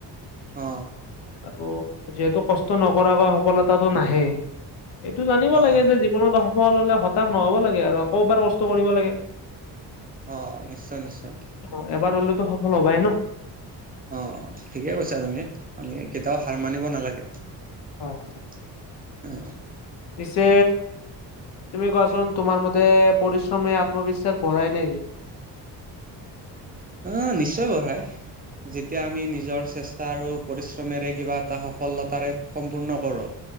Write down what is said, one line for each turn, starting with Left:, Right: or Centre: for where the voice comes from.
Right: অ
Left: আৰু যিহেতু কষ্ট নকৰাকৈ সফলতাটো নাহে এইটো জানিব
Right: অ',
Left: লাগে যে জীৱনত সফল হলে হতাশ নহ'ব লাগে আৰু আকৌ এবাৰ কষ্ট কৰিব লাগে
Right: অ নিশ্চয় নিশ্চয়
Left: অ এবাৰ হলেতো সফল হবাই ন
Right: অ ঠিকে কৈছা তুমি আমি কেতিয়াও হাৰ মানিব নালাগে
Left: হয়
Right: অহ
Left: পিছে তুমি কোৱাচোন তোমাৰ মতে পৰিশ্ৰমে আত্মবিশ্বাস ভঢ়ই নেকি
Right: অ নিশ্চয় বঢ়াই যেতিয়া আমি নিজৰ চেষ্টা আৰু পৰিশ্ৰমেৰে কিবা এটা সফলতাৰে সম্পূৰ্ণ কৰোঁ